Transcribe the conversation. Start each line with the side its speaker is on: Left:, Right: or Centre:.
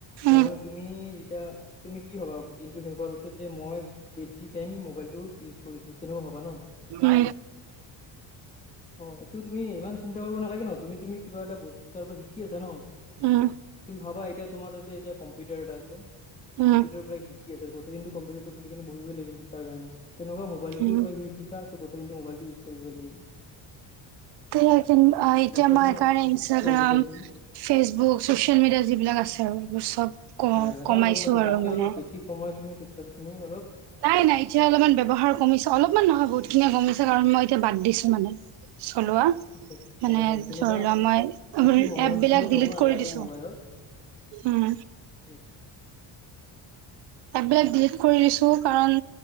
Right: উম
Left: তাৰমানে তুমি যেতিয়া তুমি কি ভাবা দিনটো শেষ হোৱাৰ পিছত যে মই বেছি টাইম মোবাইল টো ইউজ কৰিছোঁ তেনেকুৱা ভাবা ন?
Right: উম
Left: অ এইটো তুমি ইমান চিন্তা কৰিব নালাগে ন, তুমি তুমি কিবা এটা বস্তু তাৰপৰা শিকি আছা ন।
Right: উম।
Left: তুমি ভাবা এতিয়া তোমাৰ তাতযে এতিয়া কম্পিউটাৰ এটা আছে,
Right: উম
Left: কম্পিউটাৰৰ পৰা শি কি আছে গোটেই দিনটো কম্পিউটাৰটো খুলি কিনে বহিবই লাগিব শিকাৰ কাৰণে, তেনেকুৱা মোবাইলটোৰ
Right: উম
Left: পৰা শিকা ত গোটেই দিনটো মোবাইলটো ইউজ কৰিবই লাগিব।
Right: তেনেকেন আ এতিয়া
Left: গম পাইছা
Right: মাৰ
Left: ন
Right: কাৰণে ইনষ্টাগ্ৰাম
Left: কি ক'ব বিচাৰিছো
Right: ফেচবুক চচিয়েল মিডিয়া যিবিলাক আছে আৰু এইবোৰ চব ক
Left: হয় হয়
Right: কমাইছো
Left: অ গম পাইছো
Right: আৰু
Left: তাতে
Right: মানে
Left: অলপ বেছি সময় তুমি তাতে তুমি অলপ
Right: নাই নাই এতিয়া অলপমান ব্যৱহাৰ কমিছে, অলপমান নহয় বহুতখিনিয়ে কমিছে কাৰণ মই এতিয়া বাদ দিছো মানে। চলোৱা
Left: আচছা
Right: মানে
Left: হয় হয় তেনেকুৱা
Right: ধৰি লোৱা মই
Left: বেছি মনোৰঞ্জীয়
Right: এপ বিলাক ডিলিট
Left: হব নালাগে
Right: কৰি দিছো।
Left: মোবাইলত।
Right: উম
Left: ঠিকে আছে
Right: এপবিলাক ডিলিট কৰি দিছো কাৰণ